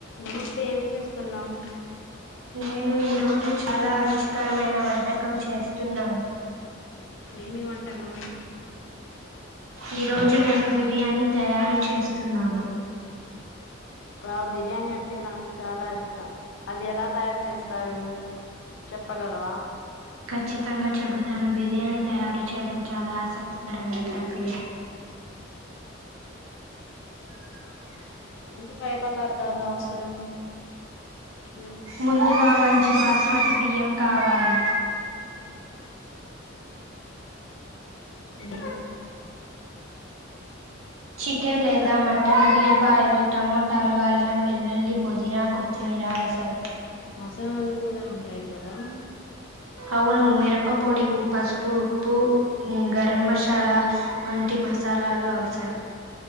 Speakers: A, on the left (about 65°); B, on the right (about 85°).
A: నమస్తే ఏమి చేస్తున్నావ్
B: నేను ఈరోజు చాలా రుచికరమైన వంటకం చేస్తున్నాను
A: ఏమి వంటలు
B: ఈ రోజు నేను బిర్యానీ తయారు చేస్తున్నాను
A: వావ్ బిర్యానీ అంటే నాకు చాలా ఇష్టం అది ఎలా తయారు చేస్తారు చెప్పగలవా
B: ఖచ్చితంగా చెబుతాను బిర్యానీ తయారు చేయడం చాలా ఆసక్తి కరబైన ప్రక్రియ
A: ముందు పేయి పదార్థాలు అవసరం ఉమ్,
B: ముందుగా మంచి బాస్మతి బియ్యం కావాలి
A: ఇందులో
B: చికెన్ లేదా మటన్ ఉల్లిపాయలు టమోటాలు అల్లం వెల్లుల్లి పుదినా కొత్తిమీరా అవసరం
A: మసాలాలు కూడా ఉంటాయి కదా
B: అవును మిరప్ప పొడి ఉ పసుపు ఉప్పు ఉప్పు ఊ గరం మసాలా వంటి మసాలాలు అవసరం